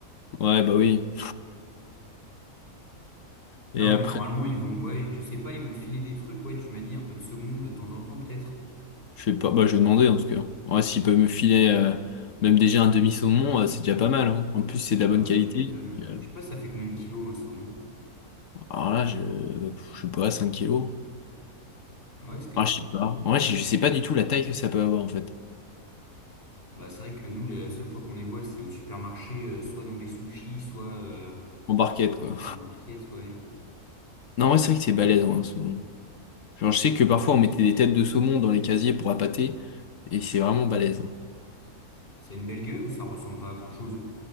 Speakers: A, on the left; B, on the left.
A: Ouais, bah oui.
B: Non,
A: Et après,
B: mais normalement, ils vont, ouais, je sais pas, ils vont te filer des trucs, ouais, tu m'as dit un peu de saumon de temps en temps, peut-être.
A: je sais pas, bah je vais demander en tout cas. Ouais, s'ils peuvent me filer euh, même déjà un demi-saumon, euh, c'est déjà pas mal, hein. En plus, c'est
B: Bah
A: de la bonne
B: ouais,
A: qualité.
B: tu m'étonnes.
A: Donc,
B: ouais.
A: euh,
B: Je sais pas, ça fait combien de kilos un saumon?
A: Alors là, je, pff, je sais pas, 5 kilos.
B: Ouais, c'est quand
A: Ah,
B: même
A: je
B: pas mal.
A: sais pas. En vrai, je je sais pas du tout la taille que ça peut avoir en fait.
B: Bah c'est vrai que nous, la seule fois qu'on les voit, c'est au supermarché, euh, soit dans des sushis, soit euh,
A: En barquette, quoi.
B: en barquette, ouais.
A: Non, ouais, c'est vrai que c'est balèze, hein, un saumon. Genre, je sais que parfois, on mettait des têtes de saumon dans les casiers pour appâter, et c'est vraiment balèze. hein.
B: Ça a une belle gueule ou ça ressemble pas à grand-chose?